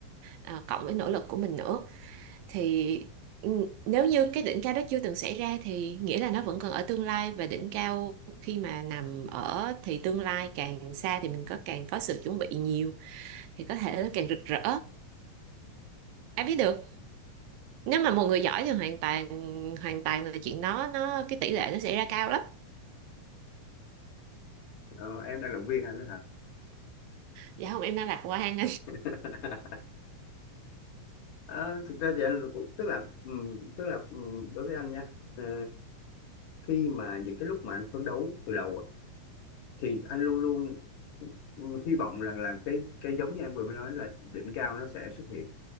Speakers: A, on the right (about 85°); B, on the left (about 65°).
A: ờ, cộng với nỗ lực của mình nữa thì ừ, nếu như cái đỉnh cao đó chưa từng xảy ra thì nghĩa là nó vẫn còn ở tương lai và đỉnh cao khi mà nằm ở thì tương lai càng xa thì mình có càng có sự chuẩn bị nhiều thì có thể nó càng rực rỡ ai biết được nếu mà một người giỏi thì hoàn toàn hoàn toàn là chuyện đó nó cái tỷ lệ nó xảy ra cao lắm
B: Ờ, em đang động viên anh đó hả?
A: dạ không em đang lạc quan anh
B: <laughs> Ờ, thực ra thì anh cũng tức là ừm, tức là ừm, đối với anh nha ờ, khi mà những cái lúc mà anh phấn đấu từ đầu á, thì anh luôn luôn ừm, hy vọng rằng là cái cái giống như em vừa mới nói là đỉnh cao nó sẽ xuất hiện